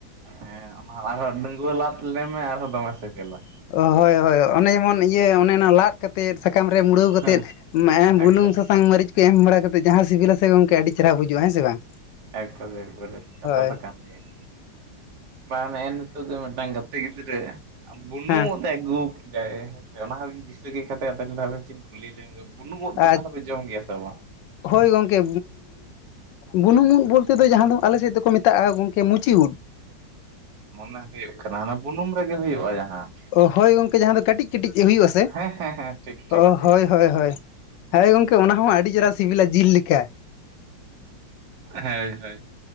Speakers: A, on the right; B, on the left.
A: ᱦᱮᱸ ᱚᱱᱟ ᱟᱨᱦᱚ ᱰᱟᱺᱝᱣᱟᱹ ᱞᱟᱫ ᱞᱟᱹᱭ ᱢᱮ ᱟᱨᱦᱚᱸ ᱫᱚᱢᱮ ᱥᱮᱵᱮᱞᱟ
B: ᱚ ᱦᱳᱭ ᱦᱳᱭ ᱚᱱᱮ ᱡᱮᱢᱚᱱ ᱤᱭᱟᱹ ᱚᱱᱮ ᱚᱱᱟ ᱞᱟᱫ ᱠᱟᱛᱮᱫ ᱥᱟᱠᱟᱢ ᱨᱮ ᱢᱩᱲᱟᱹᱣ ᱠᱟᱛᱮᱫ
A: ᱦᱮᱸ
B: <inaudible> ᱵᱩᱞᱩ
A: ᱮᱠᱵᱟᱨᱮ
B: ᱥᱟᱥᱟᱝ ᱢᱟᱹᱨᱤᱪ ᱠᱚ ᱮᱢ ᱵᱟᱲᱟ ᱠᱟᱛᱮᱫ ᱡᱟᱦᱟᱸ ᱥᱤᱵᱤᱞᱟᱥᱮ ᱜᱚᱝᱠᱮ ᱟᱹᱰᱤ ᱪᱮᱦᱨᱟ ᱵᱩᱡᱩᱜᱼᱟ ᱦᱮᱸ ᱥᱮ ᱵᱟᱝ
A: <unintelligible>
B: ᱦᱳᱭ
A: ᱵᱟᱝ ᱱᱮᱜᱮ ᱱᱤᱛᱚᱜ ᱜᱮ ᱢᱤᱫᱴᱟᱝ ᱜᱟᱛᱮ ᱜᱤᱫᱽᱨᱟᱹ ᱵᱩᱱᱩ
B: ᱦᱮᱸ
A: <inaudible> ᱟᱹᱜᱩ ᱠᱮᱫᱟᱭ ᱦᱮᱸᱥᱮ ᱚᱱᱟ ᱫᱤᱥᱟᱹ ᱠᱟᱛᱮ <unintelligible> ᱠᱩᱞᱤ ᱞᱮᱱ ᱵᱩᱱᱩᱢ ᱩᱫ
B: ᱟᱨ
A: ᱫᱚ ᱛᱟᱦᱚᱞᱮ ᱡᱚᱢ ᱜᱮᱭᱟ ᱥᱮ ᱵᱟᱝ
B: ᱦᱳᱭ ᱜᱚᱝᱠᱮ ᱵᱩᱱᱩᱝ ᱫ ᱵᱚᱞᱛᱮ ᱫᱚ ᱡᱟᱦᱟᱸ ᱫᱚ ᱟᱞᱮ ᱥᱮᱫ ᱫᱚᱠᱚ ᱢᱮᱛᱟᱜᱼᱟ ᱜᱚᱝᱠᱮ ᱢᱩᱪᱤ ᱫ᱾
A: ᱢᱚᱱᱮ ᱦᱩᱭᱩᱜ ᱠᱟᱱᱟ ᱦᱟᱱᱮ ᱵᱩᱱᱩᱢ ᱨᱮᱜᱮ ᱦᱩᱭᱩᱜᱼᱟ ᱡᱟᱦᱟᱸ᱾
B: ᱚ ᱦᱳᱭ ᱜᱚᱢᱠᱮ ᱡᱟᱦᱟᱸ ᱫᱚ ᱠᱟᱹᱴᱤᱡ ᱠᱟᱹᱴᱤᱡ ᱦᱩᱭᱩᱜ ᱟᱥᱮ
A: ᱦᱮᱸ ᱦᱮᱸ ᱦᱮᱸ ᱴᱷᱤᱠ ᱴᱷᱤᱠ
B: ᱚ
A: ᱴᱷᱤᱠ
B: ᱦᱳᱭ ᱦᱳᱭ ᱦᱭ ᱦᱮᱸ ᱜᱚᱝᱠᱮ ᱚᱱᱟ ᱦᱚᱸ ᱟᱹᱰᱤ ᱪᱮᱦᱨᱟ ᱥᱤᱵᱤᱞᱟ ᱡᱤᱞ ᱞᱮᱠᱟ᱾
A: ᱦᱮᱭ ᱦᱳᱭ